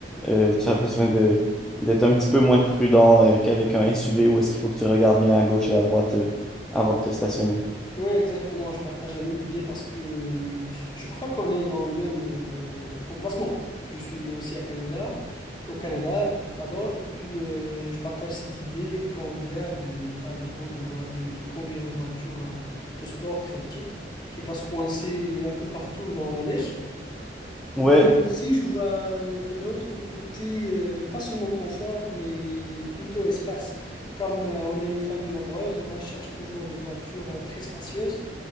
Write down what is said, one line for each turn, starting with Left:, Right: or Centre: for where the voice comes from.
Centre: euh, tu as besoin de, d'être un petit peu moins prudent euh, qu'avec un SUV, où est-ce qu'il faut que tu regardes bien à gauche et à droite euh, avant de te stationner.
Left: Oui, exactement, je partage la même idée parce que je crois qu'on est dans le même euh, emplacement. Je suis aussi à Canada au Canada, pardon, et puis euh, je partage cette idée qu'en hiver, il n'est pas évident de, voi- de, de conduire une voiture euh, de sport très petite qui va se coincer un peu partout dans la neige.
Centre: Ouais,
Left: Mais aussi, je vois euh, d'un autre côté, euh, pas seulement confort, mais plutôt espace. Comme euh, on est une famille nombreuse, moi, je cherche toujours des voitures euh, très spacieuses